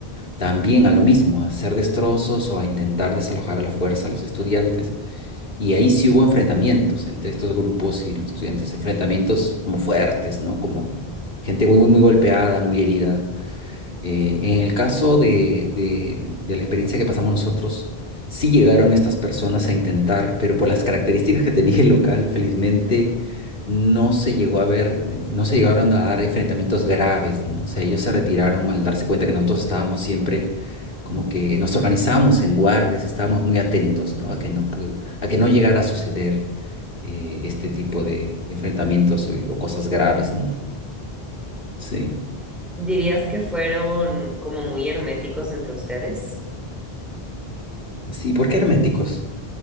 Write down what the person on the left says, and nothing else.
también a lo mismo, a hacer destrozos o a intentar desalojar a la fuerza a los estudiantes. Y ahí sí hubo enfrentamientos entre estos grupos y los estudiantes, enfrentamientos como fuertes, ¿no? Como gente muy, muy golpeada, muy herida. Eh, en el caso de, de- de la experiencia que pasamos nosotros, sí llegaron estas personas a intentar, pero por las características que tenía el local, felizmente no se llegó a ver, eh, no se llegaron a dar enfrentamientos graves, ¿no? O sea, ellos se retiraron al darse cuenta que nosotros estábamos siempre como que nos organizábamos en guardias, estábamos muy atentos, ¿no? A que no pu- a que no llegara a suceder eh, este tipo de enfrentamientos eh, o cosas graves, ¿no? Sí.
Sí, ¿por qué herméticos?